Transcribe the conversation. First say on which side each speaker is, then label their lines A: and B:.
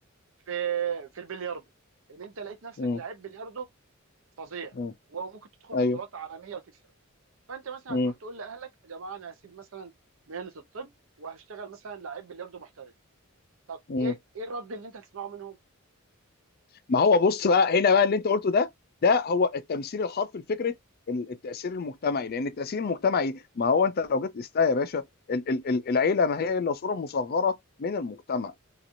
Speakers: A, on the right (about 65°); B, on the left (about 45°).
A: في في البلياردو ان انت لقيت نفسك
B: م.
A: لعيب بلياردو فظيع
B: م.
A: وممكن تدخل
B: ايوه
A: بطولات عالميه وتكسب فانت مثلا
B: م.
A: هتروح تقول لاهلك يا جماعه انا هسيب مثلا مهنه الطب وهشتغل مثلا لعيب بلياردو محترف طب
B: م.
A: ايه ايه الرد اللي انت هتسمعه منهم
B: ما هو بص بقى هنا بقى اللي انت قلته ده ده هو التمثيل الحرفي لفكره ال- التاثير المجتمعي لان التاثير المجتمعي ما هو انت لو جيت استا يا باشا ال- ال- ال- العيله ما هي الا صوره مصغره من المجتمع